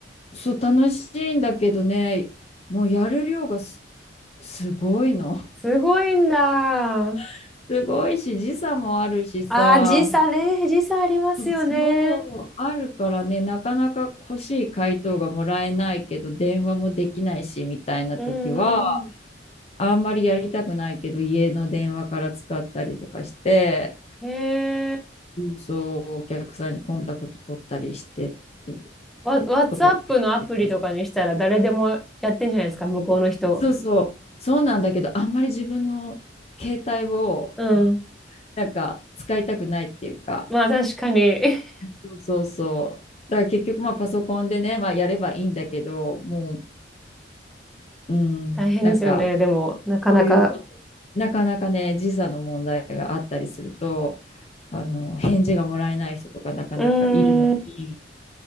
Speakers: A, on the left (about 35°); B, in the centre.
A: そう、楽しいんだけどね、もうやる量がす、すごいの。
B: すごいんだ。あ
A: <laughs> すごいし、時差もあるしさ、
B: あ、時差ね。時差ありますよね。
A: そうそう、あるからね、なかなか欲しい回答がもらえないけど、電話もできないし、みたいな時は、
B: うんう
A: あんまりやりたくないけど、家の電話から使ったりとかして、
B: ん。へえ
A: そう、お客さんにコンタクト取ったりしてる
B: わ、WhatsApp
A: ことをやってます。
B: のアプリとかにしたら誰でもやってんじゃないですか、向こうの人。
A: そうそう、そうなんだけど、あんまり自分の携帯を
B: うん。
A: なんか使いたくないっていうか、
B: まあ確かに <laughs>
A: そうそうそう。だから結局まあパソコンでね、まあやればいいんだけど、もう、うん、
B: 大変ですよね。
A: なんか
B: でも、なかなか。
A: そういうこと、なかなかね、時差の問題があったりすると、あの、返事がもらえない人とかなかなかいるのに、
B: うーん。